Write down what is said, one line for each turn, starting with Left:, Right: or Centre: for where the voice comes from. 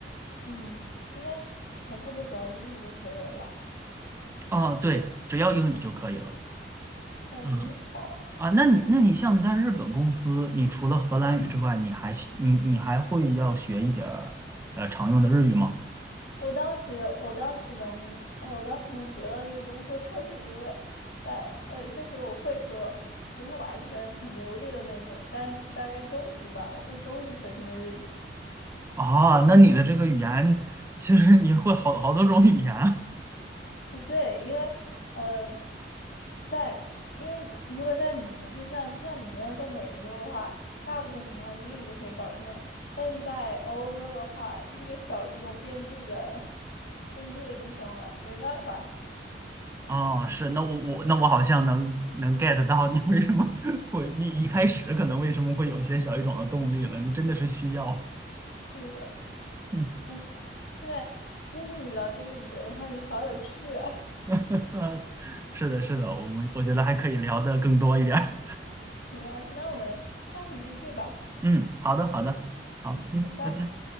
Left: 嗯，应该全部都只要英语就可以了吧？
Right: 哦，对，只要英语就可以了。
Left: 哎，
Right: 嗯
Left: 真好。
Right: 啊，那你那你像在日本公司，你除了荷兰语之外，
Left: 嗯，
Right: 你还学你你还会要学一点儿呃常用的日语吗？
Left: 我当时，我当时能，呃，我当时能得到这个工作，<laughs> 就是因为在，呃，就是我会说，不是完全很流利的那种，但是大概中级吧，我会中级水平的日语。
Right: 啊，那你的这个语言其实你会好好多种语言。
Left: 哎，对，因为，呃，在，因为如果在你们，就像就像你们那样，在美洲的话，大部分情况英语就可以搞定了，但是在欧洲的话，这个小语种遍地的，遍地的地方嘛，没办法。
Right: 哦，是，那我我那我好像能能 get 到你为什么 <laughs> 会，你一开始可能为什么会有些小语种的动力了，那真的是需要，
Left: 是的。
Right: 嗯，
Left: 哎，现在今天跟你聊这个语言的话题好有趣啊！
Right: <laughs> 是的，是的，我们我觉得还可以聊得更多一点儿
Left: 行啊，那我们下次继续吧。
Right: 嗯，好的，好的，好，
Left: 嗯，
Right: 嗯，
Left: 拜拜。
Right: 拜拜。